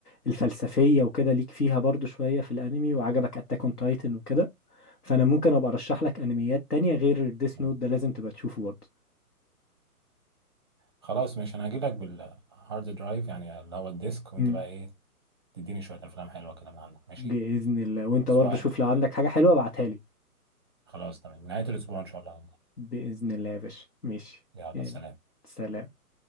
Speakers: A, on the left; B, on the right.
A: الفلسفية وكده ليك فيها برضو شوية في الانمي وعجبك اتاك اون تايتن وكده فانا ممكن ابقى ارشح لك انميات تانية غير ديس
B: م.
A: نوت ده لازم تبقى تشوفه برضه
B: خلاص ماشي انا هجيب لك بالهارد درايف يعني اللي هو الديسك وانت
A: مم.
B: بقى ايه تديني شويه افلام حلوه كده من عندك ماشي
A: باذن الله وانت
B: اسبوع
A: برضه شوف
B: آه،
A: لو عندك حاجة حلوة ابعتها لي
B: خلاص تمام نهايه الاسبوع ان شاء الله
A: باذن الله يا باشا ماشي
B: يلا
A: يلا.
B: سلام
A: سلام